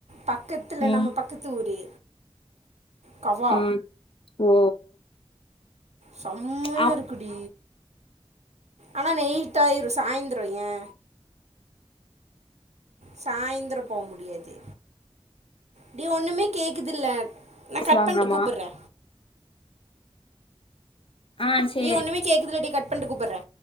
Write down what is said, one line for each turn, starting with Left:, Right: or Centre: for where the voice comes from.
Right: பக்கத்துல
Left: ம்
Right: நம்ம பக்கத்து ஊரு கவா
Left: ம் ஓ
Right: செம்மையா
Left: அவன்
Right: இருக்குடி ஆனா நேயிட்டு ஆயிரு சாய்ந்திரோ ஏ சாய்ந்தரோ போ முடியாது டி ஒண்ணுமே கேக்குதில்ல நா
Left: பேசுவாங்களாமா
Right: கட் பண்ணுட்டு கூப்புட்றே
Left: ஆ சேரி
Right: டி ஒண்ணுமே கேக்குதுல்ல டி கட் பண்ணுட்டு கூப்புட்றே